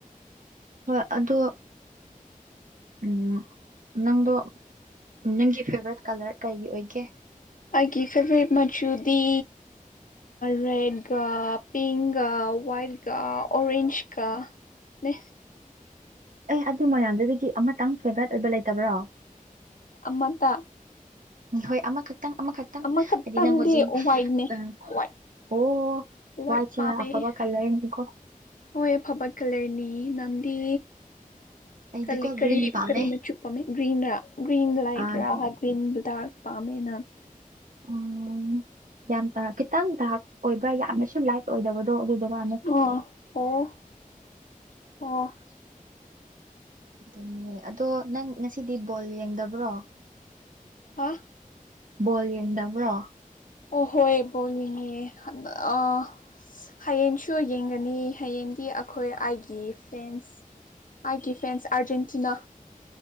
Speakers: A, on the right (about 65°); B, on the left (about 65°).
A: ꯍꯣꯏ ꯑꯗꯣ ꯎꯝ ꯅꯪꯗꯣ ꯅꯪꯒꯤ ꯐꯦꯚꯣꯔꯥꯏꯠ ꯀꯂꯔ ꯀꯩ ꯑꯣꯏꯒꯦ
B: ꯑꯩꯒꯤ ꯐꯦꯕꯣꯔꯥꯏꯠ ꯃꯆꯨꯗꯤ ꯔꯦꯠꯒ ꯄꯤꯡꯀ ꯋꯥꯏꯠꯀ ꯑꯣꯔꯦꯟꯖꯀ ꯅꯤ
A: ꯑꯩ ꯑꯗꯨ ꯃꯌꯥꯝꯗꯨꯗꯒꯤ ꯑꯃꯇꯪ ꯐꯦꯚꯣꯔꯥꯏꯠ ꯑꯣꯏꯕ ꯂꯩꯇꯕ꯭ꯔꯣ
B: ꯑꯃꯇ
A: ꯍꯣꯏ ꯑꯃꯈꯛꯇꯪ ꯑꯃꯈꯛꯇꯪ
B: ꯑꯃꯈꯛꯇꯪꯗꯤ
A: ꯍꯥꯏꯗꯤ ꯅꯪ ꯍꯧꯖꯤꯛ
B: ꯋꯥꯏꯠꯅꯦ
A: ꯑ
B: ꯋꯥꯏꯠ
A: ꯑꯣ
B: ꯋꯥꯏꯠ
A: ꯋꯥꯏꯠꯁꯦ
B: ꯄꯥꯝꯃꯦ
A: ꯑꯐꯕ ꯀꯜꯂꯔꯅꯤꯀꯣ
B: ꯍꯣꯏ ꯑꯐꯕ ꯀꯜꯂꯔꯅꯤ ꯅꯪꯗꯤ
A: ꯑꯩꯗꯤꯀꯣ
B: ꯀꯜꯂꯤ ꯀꯔꯤ
A: ꯒ꯭ꯔꯤꯟ ꯄꯥꯝꯃꯦ
B: ꯀꯔꯤ ꯃꯆꯨ ꯄꯥꯝꯃꯤ ꯒ꯭ꯔꯤꯟꯔꯥ ꯒ꯭ꯔꯤꯟ ꯂꯥꯏꯠꯔꯥ
A: ꯎꯝ
B: ꯒ꯭ꯔꯤꯟ ꯗꯥꯔꯛ ꯄꯥꯝꯃꯦ ꯅꯪ
A: ꯎꯝ ꯌꯥꯝ ꯈꯤꯇꯪ ꯗꯥꯔꯛ ꯑꯣꯏꯕ ꯌꯥꯝꯅꯁꯨ ꯂꯥꯏꯠ ꯑꯣꯏꯗꯕꯗꯣ ꯑꯗꯨꯗꯨ ꯄꯥꯝꯃꯦ
B: ꯑꯣ ꯑꯣ ꯑꯣ
A: ꯑꯗꯨꯅꯤ ꯑꯗꯣ ꯅꯪ ꯉꯁꯤꯗꯤ ꯕꯣꯜ ꯌꯦꯡꯗꯕ꯭ꯔꯣ
B: ꯍꯥ
A: ꯕꯣꯜ ꯌꯦꯡꯗꯕ꯭ꯔꯣ
B: ꯑꯣ ꯍꯣꯏ ꯕꯣꯜ ꯌꯦꯡꯉꯦ ꯑꯥ ꯍꯌꯦꯡꯁꯨ ꯌꯦꯡꯒꯅꯤ ꯍꯌꯦꯡꯗꯤ ꯑꯩꯈꯣꯏ ꯑꯩꯒꯤ ꯐꯦꯟꯁ ꯑꯩꯒꯤ ꯐꯦꯟꯁ ꯑꯥꯔꯖꯦꯟꯇꯤꯅꯥ